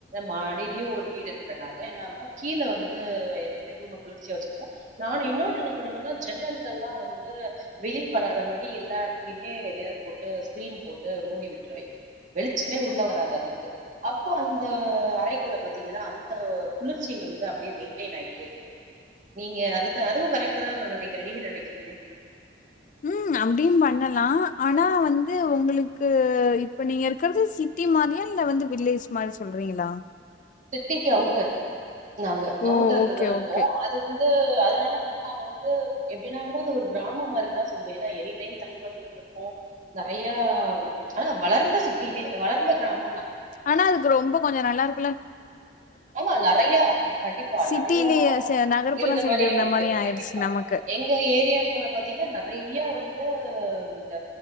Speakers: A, on the right; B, on the left.
A: மாடியிலயும் ஒரு வீடு இருக்கிறனால என்ன ஆனா கீழ வந்து எப்பவுமே ரூம குளிர்ச்சியா வச்சிருக்கேன் நானும் இன்னொன்னு என்ன பண்ணுவேன்னா ஜன்னல்ல எலாம் வந்து வெயில் படாத மாரி எல்லாடலயுமே எதையாவது போட்டு ஸ்கிரீன் போட்டு மூடி விட்டுருவேன் வெளிச்சமே உள்ள வராத அளவுக்கு அப்போ அந்த அறைக்குள்ள பாத்தீங்கன்னா அந்த குளிர்ச்சி வந்து அப்டியே மெயின்டெயின் ஆயிட்டே இருக்கும் நீங்க அது அதுவும் கரெக்ட் தான் நான் நெனக்கிறேன் நீங்க நெனக்கிறீங்க
B: ம் அப்டியும் பண்ணலாம் ஆனா வந்து உங்களுக்கு இப்ப நீங்க இருக்கிறது சிட்டி மாரியா இல்ல வந்து வில்லேஜ் மாரி சொல்றீங்களா
A: சிட்டிக்கு அவுட்டர் நாங்க அவுட்டர்லதா
B: ஓ ஓகே
A: இருக்கோம்
B: ஓகே
A: அது வந்து அத னால வந்து நாங்க வந்து எப்டின்னா ஊந்து ஒரு கிராமம் மாரிதா சொல்லுவேன் ஏனா எனி டைம் தண்ணி வந்துகுட்ருக்கு நறயா ஆனா வளர்ந்த சிட்டினே வளர்ந்த கிராம
B: ஆனா அதுக்கு ரொம்ப கொஞ்ச நல்லா இரு
A: ஆமா நெறைய கண்டிப்பா
B: சிட்டிலயே
A: நெறைய
B: ச நகர்ப்புற
A: இருந்த
B: சைடு
A: மாரி இருக்கு
B: ஆயிடுச்சு
A: கண்டிப்பா
B: நமக்கு
A: எங்க ஏரியாக்குள்ள பாத்தீங்கன்னா நெறைய வந் இந்த